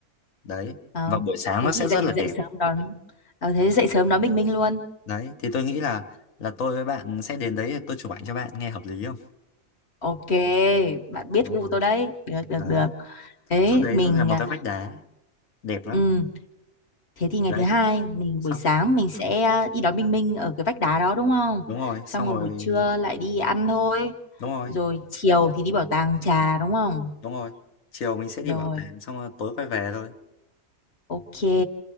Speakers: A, on the left; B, on the left.
A: Đấy,
B: Ờ,
A: và buổi sáng
B: thế
A: nó sẽ
B: thì
A: rất
B: dậy
A: là
B: dậy
A: đẹp.
B: sớm đón ờ, thế dậy sớm đón Bình Minh luôn
A: Đấy, thì tôi nghĩ là là tôi với bạn sẽ đến đấy tôi chụp ảnh cho bạn nghe hợp lý không?
B: ok bạn biết
A: Đúng
B: gu
A: rồi.
B: tôi đấy được được
A: Đấy,
B: được thế
A: chỗ đấy
B: mình
A: nó là một
B: à,
A: cái vách đá đẹp lắm.
B: ừ, thế thì ngày
A: Đấy,
B: thứ hai mình
A: xong.
B: buổi sáng mình sẽ à, đi đón Bình Minh ở cái vách đá đó đúng không
A: Đúng rồi, xong
B: xong rồi
A: rồi.
B: buổi trưa lại đi ăn thôi
A: Đúng rồi,
B: rồi chiều thì đi bảo tàng trà đúng không
A: đúng rồi. Chiều mình sẽ đi
B: rồi
A: bảo tàng xong rồi tối quay về thôi.
B: ok